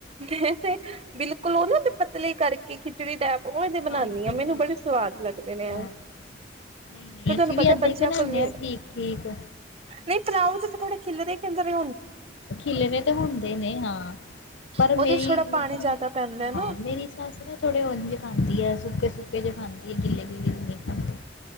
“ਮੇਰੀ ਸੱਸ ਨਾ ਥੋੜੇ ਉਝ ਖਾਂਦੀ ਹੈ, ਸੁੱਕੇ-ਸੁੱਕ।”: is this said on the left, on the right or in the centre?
Left